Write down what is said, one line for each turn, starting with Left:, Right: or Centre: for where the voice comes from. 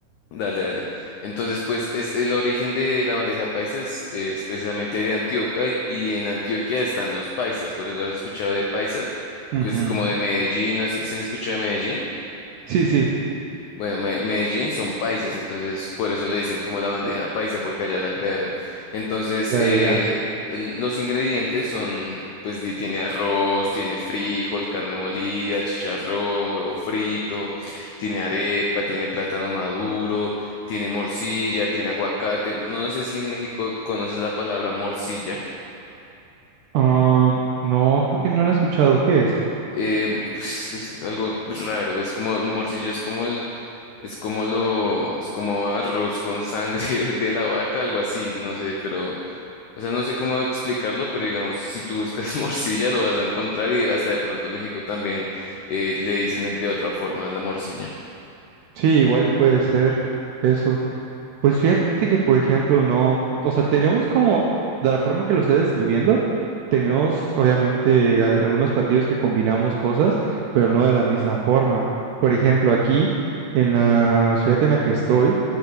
Left: Dale, dale. Entonces, pues es el origen de la bandeja paisa es, es precisamente de Antioquia y y en Antioquia están los paisas, por eso has escuchado de paisas,
Right: Ujú.
Left: pues como de Medellín, así si has escuchado de Medellín.
Right: Sí, sí,
Left: Bueno, Me- Medellín son paisas, entonces por eso le dicen como la bandeja paisa, porque allá la crearon. Entonces,
Right: ya,
Left: eh,
Right: ya, ya.
Left: el- los ingredientes son, pues di- tiene arroz, tiene frijol, carne molida, chicharrón, huevo frito, tiene arepa, tiene plátano maduro, tiene morcilla, tiene aguacate. No, no sé si en México conoces la palabra morcilla.
Right: Ah, no, creo que no lo he escuchado. ¿Qué es?
Left: Eh, pues es que es algo raro, es como morcilla, es como el, es como lo, es como arroz con sangre <laughs> de la vaca, algo así, no sé, pero, o sea, no sé cómo explicarlo, pero digamos, si tú buscas <laughs> morcilla lo vas a encontrar y hasta de pronto en México también eh, le dicen de otra forma a la morcilla.
Right: Sí, igual y puede ser eso. Pues fíjate que, por ejemplo, no, o sea, tenemos como, de la forma que lo estoy describiendo, tenemos obviamente a- algunos platillos que combinamos cosas, pero no de la misma forma. Por ejemplo, aquí en la ciudad en la que estoy,